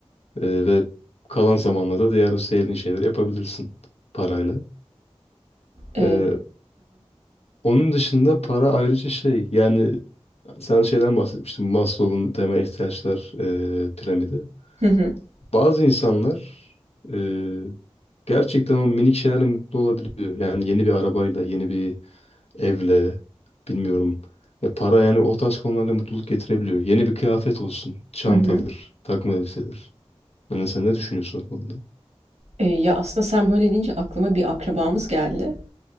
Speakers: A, on the left; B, on the right.
A: Ee, ve kalan zamanla da diğer o sevdiğin şeyleri yapabilirsin parayla.
B: Eee
A: Ee, onun dışında para ayrıca şey yani sen şeyden bahsetmiştin Maslow'un temel ihtiyaçlar e, piramidi.
B: Hı hı. <laughs>
A: Bazı insanlar e, gerçekten o minik şeylerle mutlu olabiliyor. Yani yeni bir arabayla, yeni bir evle, bilmiyorum. Ve para yani o tarz konularda mutluluk getirebiliyor. Yeni bir kıyafet olsun, çantadır,
B: Hı hı.
A: takım elbisedir. Yani sen ne düşünüyorsun o konuda?
B: E, ya aslında sen böyle deyince aklıma bir akrabamız geldi.